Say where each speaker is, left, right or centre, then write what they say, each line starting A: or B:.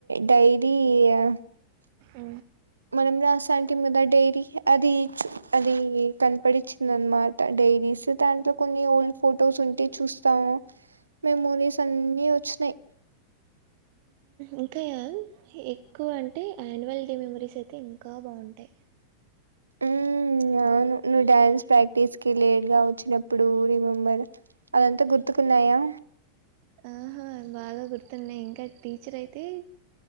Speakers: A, on the right; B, on the right.
A: డైరీ ఆ
B: అ
A: మనం రాస అంటి మీదా డైరీ అది చు అది కనపడి వచ్చిందనమాట డైరీస్ దాంట్లో కొన్ని ఓల్డ్ ఫొటోస్ ఉంటే చూస్త మెమోరీస్ అన్ని వచ్చినయి
B: ఇంకాయా ఎక్కువ అంటే ఆన్యువల్ డే మెమరీస్ అయితే ఇంకా బాగుం టై
A: ఉ అనువు నువ్ డ్యాన్స్ ప్రాక్టీస్ కి లేట్గా వచ్చినప్ ప్పుడు రిమంబర్ అదంతా గుర్తుకున్నాయా
B: ఆహా బాగా గుర్తున్నాయి ఇంకా టీచర్ అయితే